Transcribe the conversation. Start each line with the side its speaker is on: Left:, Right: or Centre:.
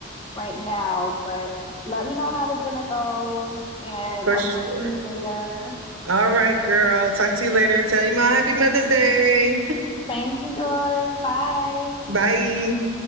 Left: right now, but let me know how the dinner goes and
Right: For
Left: I'll
Right: sure.
Left: talk to you later.
Right: All right, girl. Talk to you later. Tell you my happy Mother's Day.
Left: Same to yours. Bye.
Right: Bye.